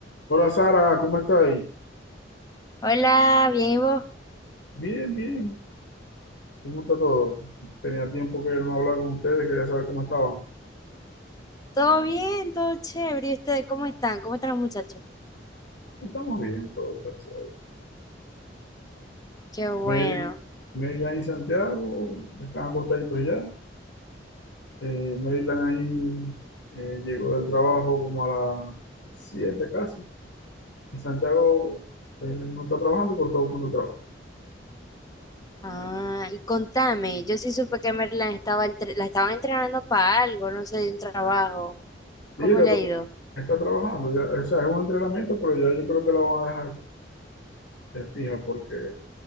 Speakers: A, on the left (about 85°); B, on the left (about 20°).
A: Hola Sara, ¿cómo estáis?
B: Hola, bien, ¿y vos?
A: Bien, bien. ¿Cómo está todo? Tenía tiempo que no hablaba con ustedes, quería saber cómo estaban.
B: ¿Todo bien? ¿Todo chévere? ¿Y ustedes cómo están? ¿Cómo están los muchachos?
A: Estamos bien todos, gracias a Dios.
B: Qué bueno.
A: Mary, Maryland y Santiago están acostaditos ya. Eh, Maryland ahí eh, llegó del trabajo como a las 7 casi. Y Santiago eh, no está trabajando, pero está buscando trabajo.
B: Ah, y contame, yo sí supe que Merlan estaba entre- la estaban entrenando para algo, no sé, de un trabajo.
A: Sí,
B: ¿Cómo
A: está,
B: le
A: tra-
B: ha ido?
A: está trabajando. Ya, o sea, es un entrenamiento, pero ya yo creo que la van a dejar eh, fija porque